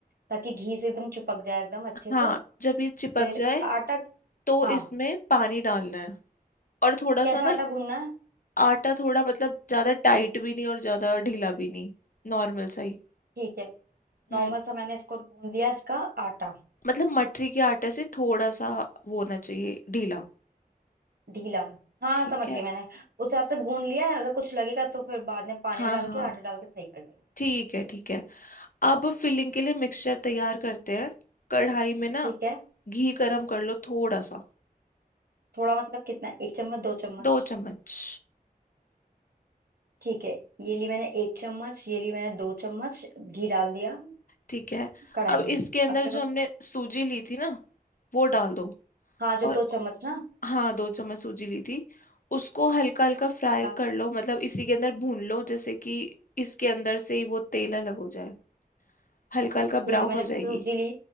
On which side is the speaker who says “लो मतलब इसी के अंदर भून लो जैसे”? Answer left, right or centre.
Left